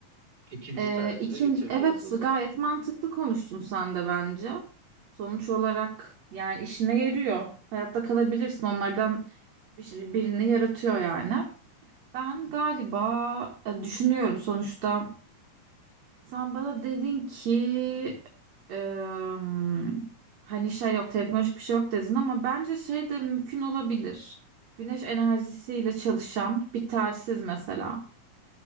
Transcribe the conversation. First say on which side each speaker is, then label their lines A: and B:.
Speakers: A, on the right; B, on the right.
A: ikinci
B: Ee,
A: tercihe
B: ikinci,
A: geçebiliriz
B: evet
A: o zaman.
B: gayet mantıklı konuştun sen de bence. Sonuç olarak yani işine yarıyor. Hayatta kalabilirsin onlardan bir şey, birini yaratıyor yani. Ben galiba e, düşünüyorum sonuçta. Sen bana dedin ki em, hani şey yok teknolojik bir şey yok dedin ama bence şey de mümkün olabilir. Güneş enerjisiyle çalışan bir telsiz mesela.